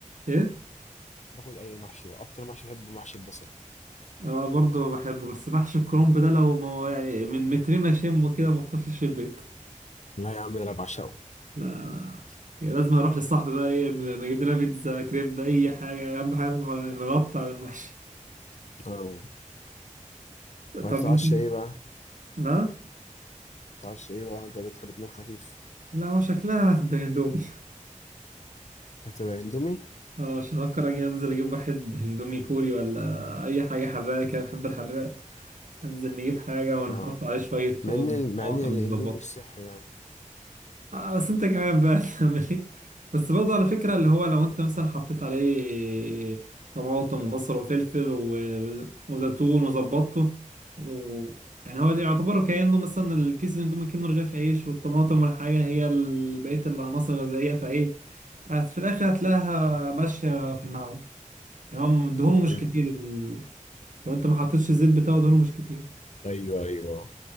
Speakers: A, on the right; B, on the left.
A: ايه
B: باكل اي محشي اكتر محشي بحبه محشي البصل
A: انا برضه بحبه بس محشي الكرنب ده لو ما يعني من مترين اشمه كده ما اخشش في البيت
B: لا يا عم انا بعشقه
A: لا يعني لازم اروح للصاحب بقى ايه نجيب لنا بيتزا كريب اي حاجه اهم حاجه نغطي على المحشي
B: اه
A: طب
B: وهتتعشى
A: انت
B: ايه بقى
A: لا
B: بتتعشى ايه بقى انت بتحب تنام خفيف
A: لا هو شكلها هتبقى اندومي
B: هتبقى اندومي
A: اه مش هفكر اجي انزل اجيب واحد هندومي كوري ولا اي حاجه حراقه كده بحب الحراق انزل نجيب حاجه ونحط
B: اه
A: عليه شويه توم
B: مع ان ال-
A: وطماطم
B: مع ان الاندومي
A: ونظبطه
B: مش صحي يعني
A: آه بس انت كمان بقى <laughs> تعمل ايه بس برضه على فكره اللي هو لو انت مثلا حطيت عليه طماطم وبصل وفلفل و- وزيتون وظبطته و... يعني هو ده يعتبر كأنه مثلا الكيس الاندومي كأنه رغيف عيش والطماطم والحاجة هي ال- بقية العناصر الغذائية فايه هت- في الآخر هتلاقيها ماشية في المعقول يعني هم دهونه مش
B: مم.
A: كتير ال... لو انت ما حطيتش الزيت بتاعه دهونه مش كتير
B: ايوه ايوه